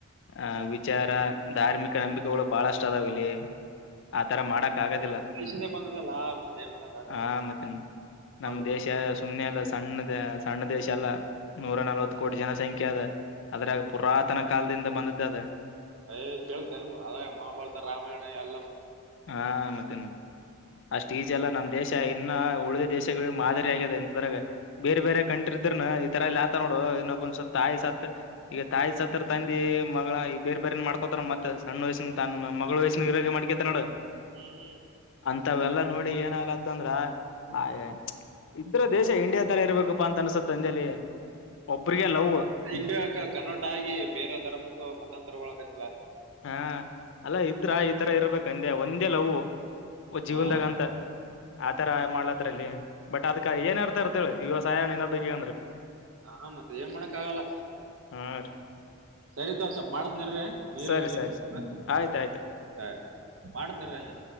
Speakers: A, on the left; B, on the right.
A: ಆ ವಿಚಾರ ಧಾರ್ಮಿಕ ನಂಬಿಕೆಗಳು ಬಾಳ ಅಷ್ಟ ಅದಾವ ಇಲ್ಲಿ. ಆತರ ಮಾಡಕ್ ಆಗದಿಲ್ಲ
B: ಇಂದ ಬಂದದಲ್ಲ ಮತ್ತ ಏನ್ ಮಾಡಕ್ ಆಗಲ್ಲ
A: ಆ ಮತ್ತನ್ನ ನಮ್ಮ್
B: ಹೌದ
A: ದೇಶ ಸುಮ್ನೆ ಅಲ್ಲ ಸಣ್ಣದ ಸಣ್ಣ ದೇಶ ಅಲ್ಲಾ ನೂರ ನಲ್ವತ್ ಕೋಟಿ ಜನಸಂಖ್ಯೆ ಅದ ಅದ್ರಾಗ ಪುರಾತನ ಕಾಲದಿಂದ ಬಂದದ್ದ ಅದ
B: ಏ ಕೇಳ್ತೇನ ಅದ ಮಹಾಭಾರತ ರಾಮಾಯಣ ಎಲ್ಲ
A: ಹಾ ಮತ್ತೇನ ಅಷ್ಟ ಅಷ್ಟ ಈಜಿ ನಮ್ಮ ದೇಶ ಇನ್ನ ಉಳಿದ ದೇಶಗಳಿಗೆ ಮಾದರಿ ಆಗ್ಯಿದ ಇಂತದರಾಗ ಬೇರೆ ಬೇರೆ ಕಂಟ್ರಿ ಇದ್ರನು ಈ ತರ ನೋಡು ಇನ್ನೊಬ್ಬಂದ್ಸ ತಾಯಿ ಸತ್ತ ಈಗ ತಾಯಿ ಸತ್ತರ ತಂದಿ ಮಗಳ ಈ ಬೇರ್ ಬೇರೆ ಏನ್ ಮಾಡ್ಕೋತಾರ ಮತ್ತ ಸಣ್ಣ ವಯಸ್ಸಿನ ತನ್ ಮಗಳ ವಯಸಿನ ಇರೆ ಮಾಡ್ಕತ ನೋಡು
B: ಹ್ಮ್ ಹ್ಮ್
A: ಇಂಥವೆಲ್ಲ ನೋಡಿ ಏನಾಗಲದ ಅಂದ್ರ ಬ ಇದ್ರ ದೇಶ ಇಂಡಿಯಾ ರ ಇರಬೇಕಪ್ಪಾ ಅಂತ ಅನ್ಸುತ್ತೆ ಅಂಜಲಿ ಒಬ್ರಿಗೆ ಲವ್
B: ಇಂಡಿಯಾಕ ಕನ್ವರ್ಟ್ ಆಗಿ ಬೇರೆ ಧರ್ಮಕ್ಕ ಮತಾಂತರಗಳಕ-
A: ಹಾ ಅಲ್ಲ ಇದ್ರ ಈ ತರ ಇರ್ಬೇಕಂದೆ ಒಂದೇ ಲವು ಒ ಜೀವನ್ದಾಗ
B: ಹಾ
A: ಅಂತ ಆತರ ಮಾಡ್ಲತ್ತಲ್ಲಿ ಬಟ್ ಅದಕ ಅರ್ಥ ಅಳ ಇವಾಗ ಸಾಯಣನ ಬೇಕ ಅಂದ್ರೆ.
B: ಹ ಮತ್ತ ಏನ್ ಮಾಡಕ್ ಆಗಲ್ಲ
A: ಹಾ ರೀ
B: ಸರಿತ್ ಸ್ವಲ್ ಮಾಡತ್ನರ್ರಿ. ನೀರು
A: ಸರಿ
B: ನೀರು
A: ಸರಿ ಸರಿ
B: ಸರಿ
A: ಆಯ್ತ ಆಯ್ತು
B: ಮಾಡುದ್ನ ಹಂಗೆ.